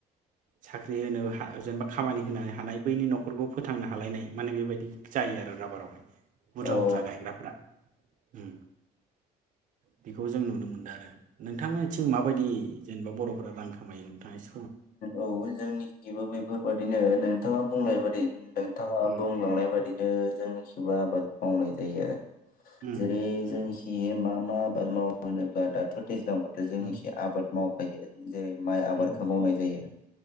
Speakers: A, on the right; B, on the left.
A: साख्रि होनो हा-जेनेबा खामानि होनो हानाय बैनि न'खरखौ फोथांनो हालायनाय माने बेबायदि जायो आरो राबाराव। बुरजा
B: औ
A: बुरजा गायग्राफ्रा। उम बेखौ जों नुनो मोनदो आरो। नोंथांमोनिथिं माबायदि जेनेबा बर'फोरा रां खामायो नोंथाङा एस
B: ओम औ जोंनिखिबो बैफोरबाददिनो नोंथाङा बुंलायबादि। नोंथाङा
A: उम
B: बुंलांनाय बायदिनो जोंनिखिबो आबाद मावनाय जायो आरो।
A: उम
B: जेरै जोंनिखि बे मा मा आबाद माव होनोब्ला दाथ' दैज्लां बोथोर जोंनिखि
A: उम
B: आबाद माव बायो जेरै माइ आबाद
A: उम
B: खो
A: उम
B: मावनाय जायो